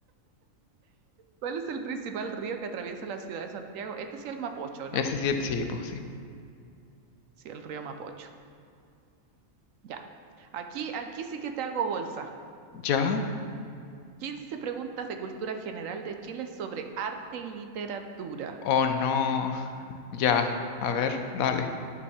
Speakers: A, on the right; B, on the left.
A: ¿Cuál es el principal río que atraviesa la ciudad de Santiago? Este sí es el Mapocho, ¿no?
B: Ese sí, sí, pues sí.
A: Sí, el río Mapocho. Ya. Aquí, aquí sí que te hago bolsa.
B: ¿Ya
A: 15 preguntas de cultura general de Chile sobre arte y literatura.
B: o no? Ya. A ver, dale.